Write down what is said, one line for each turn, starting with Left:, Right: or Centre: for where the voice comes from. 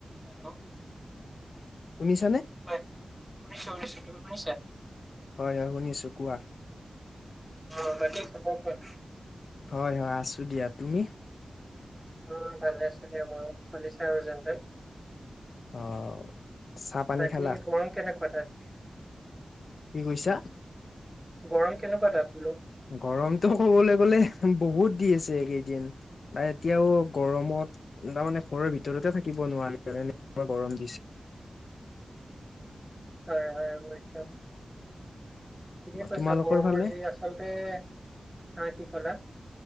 Centre: Hello.
Left: শুনিছানে?
Centre: হ'য়, শুনিছোঁ, শুনিছোঁ, তুমি শুনিছা?
Left: হ'য়, হ'য় শুনিছোঁ কোৱা।
Centre: অঁ বাকি খবৰ কোৱা?
Left: হ'য়, হ'য় আছোঁ দিয়া। তুমি?
Centre: অ ভালে আছো দিয়া মই চলিছে আৰু যেন তেন।
Left: অ চাহ পানী
Centre: বাকী
Left: খালা?
Centre: গৰম কেনেকুৱা তাত?
Left: কি কৈছা?
Centre: গৰম কেনেকুৱা তাত বোলো?
Left: গৰমটো ক'বলে গ'লে বহুত দি আছে এইকেইদিন। বা এতিয়াও গৰমত তাৰমানে ঘৰৰ ভিতৰতে থাকিব নোৱাৰো আৰু এনেকুৱা গৰম দিছে।
Centre: হয় হয় বুজিছোঁ ঠিকে কৈছা
Left: তোমালোকৰ
Centre: গৰমৰ
Left: ফালে?
Centre: যি আছে আচলতে, হা কি ক'লা?